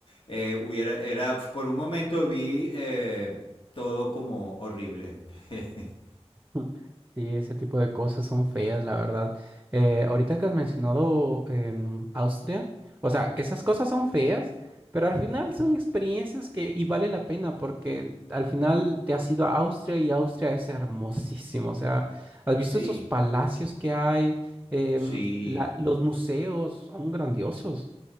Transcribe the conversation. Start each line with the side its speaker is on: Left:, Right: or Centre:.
Left: Eh, hubiera, era, por un momento vi eh, todo como horrible. <laughs>
Right: <laughs> Sí, ese tipo de cosas son feas, la verdad. Eh, ahorita que has mencionado em, Austria, o sea, esas cosas son feas, pero al final son experiencias que y vale la pena porque al final te has ido a Austria y Austria es hermosísimo. O sea, has
Left: Sí,
Right: visto esos palacios que hay, Em,
Left: sí.
Right: la- los museos son grandiosos.